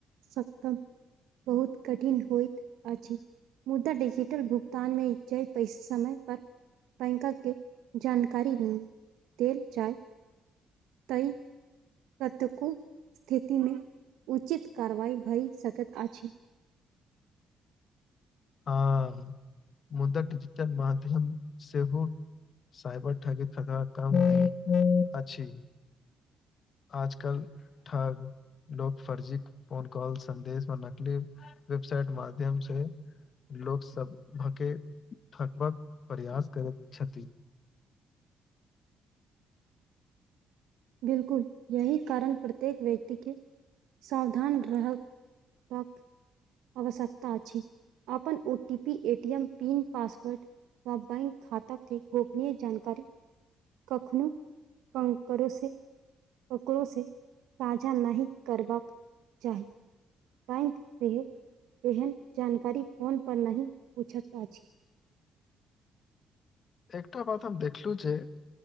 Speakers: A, on the right; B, on the left.
A: सकम बहुत कठिन होइत अछि मुद्दा डिजीटल भुगतान मे जय प समय पर बैंकक के जानकारी देल जाय तैं इ कतेको स्थितिमे उचित कार्रवाई भए सकैत अछि
B: हँ मुदा डिजिटल माध्यम सेहो साइबर ठगि खा <inaudible> काम अछि आजकल ठग लोक फर्जी फोन कॉल संदेश मे नकली वेबसाइट माध्यम से लोक सभ भके ठकबक प्रयास करैत छथि
A: बिल्कुल यही कारण प्रत्येक व्यक्तिकें सावधान रहक वाक आवश्यकता अछि अपन O T P A T M pin password व बैंक खाता के गोपनीय जानकारी कखनो अनकरोसँ ककरो से साझा नहि करबाक चाही बैंक से एहन जानकारी फोन पर नहि पूछैत अछि
B: एकटा बात हम देखलहु जे